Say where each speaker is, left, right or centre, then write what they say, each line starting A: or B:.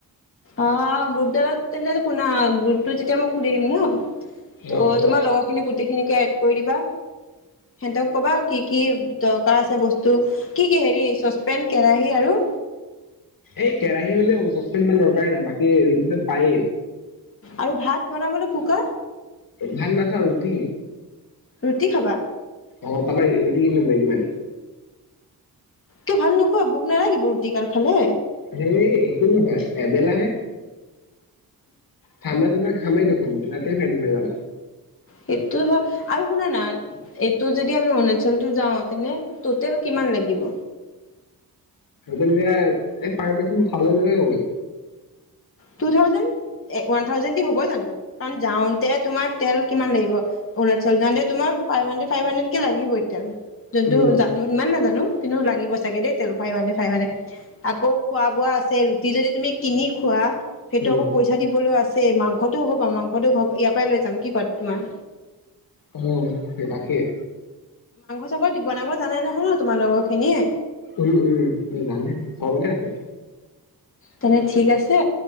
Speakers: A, on the left (about 35°); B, on the left (about 60°).
A: অ গ্ৰুপডত তেন্ত শুনা গ্ৰুপটো যেতিয়া মই খুলি দিম ন। ত
B: অ
A: তোমাৰ লগৰ খিনি গোটেইখিনি। এড কৰি দিবা সিহঁতক ক'বা কি কি দৰকাৰ আছে বস্তু কি কি হেৰি চচপেন কেৰাহী আৰু।
B: এই কেৰাহী হ'লে হ'ব ছচমিন মান দৰ কাৰণে বাকী। পাৰি
A: আৰু ভাত বনাবলৈ কুকাৰ
B: ভাত নাখাওঁ ৰুতি
A: ৰুটি খাবা
B: অ তমটিল নদমান
A: ত ভাত নোখোৱা ভোক নালাগিব ৰুটিকাল খালে
B: হেই একো নহয় এবেলাহে ঠাণ্ডা দিনা খামেই দেখোন তাতে পেত ভৰি যাব
A: সেইটো হয় আৰু শুনা না তটো যদি আমি অৰুণাচলটো যাওঁ তেনে টটেল কিমান লাগিব
B: পাৰ পাৰ্চ থাউজেন হব
A: টু থাউজেন্ট ওৱান থাউজেণ্ড হ'ব জানো কাৰণ যাওঁতে তোমাৰ তেল কিমান লাগিব অৰুণাচল যাওঁতে তোমাৰ ফাইভ হানড্ৰেড ফাইভ হাড্ৰেড কে লাগিবই তেল।। য'ত
B: উম
A: ইমান নাজানো। কিন্তু লাগিব চাগে দেই তেল ভাই মানে ভাই মানে আকৌ খোৱা বোৱা আছে ৰুটি যদি তুমি কিনি খোৱা। সেইটো
B: উম
A: আকৌ পইচা দিবলৈ আছে এ মাংসটো হ'ব আৰু মাংসটো হব ইয়াৰ পৰাই লৈ যাম কি ক তোমাৰ
B: উ সেই তাকেই
A: ত বনাব জানাই নহয় ন তোমাৰ লগৰ খিনিয়ে
B: উম উম জানে চবতে আছে।
A: তেনে ঠিক আছে